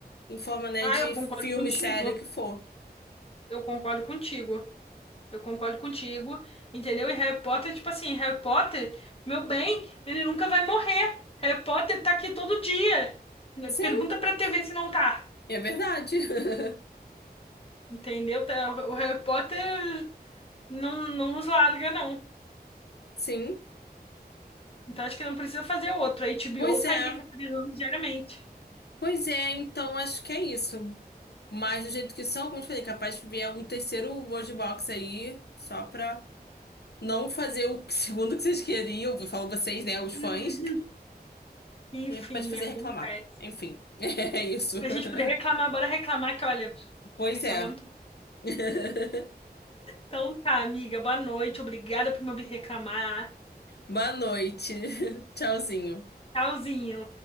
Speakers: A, on the left; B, on the left.
A: em forma, né,
B: Ah,
A: de
B: eu concordo
A: filme,
B: contigo.
A: série, o que for.
B: Eu concordo contigo. Eu concordo contigo, entendeu? E Harry Potter, tipo assim, Harry Potter, meu bem, ele nunca vai morrer. Harry Potter tá aqui todo dia. Né?
A: Sim,
B: Pergunta pra TV se não tá.
A: é verdade.
B: Entendeu? Tá- O Harry Potter não, não nos larga, não.
A: <laughs> Sim,
B: Então acho que não precisa fazer outro. A HBO
A: pois
B: tá
A: é.
B: aí reprisando diariamente.
A: Pois é, então acho que é isso. Mas do jeito que são, como eu te falei, capaz de vier um terceiro World Box aí, só pra. não fazer o <laughs> segundo que vocês queriam, eu falo vocês, né, os fãs,
B: Hum. Enfim,
A: e pode fazer
B: acontece.
A: reclamar. Enfim, <laughs> é isso.
B: Pra gente poder reclamar,
A: <laughs>
B: bora reclamar, que olha,
A: Pois
B: reclamar
A: é.
B: é muito bom.
A: <laughs>
B: Então tá, amiga, boa noite. Obrigada por me ouvir reclamar.
A: Boa noite. <laughs> Tchauzinho.
B: Tchauzinho.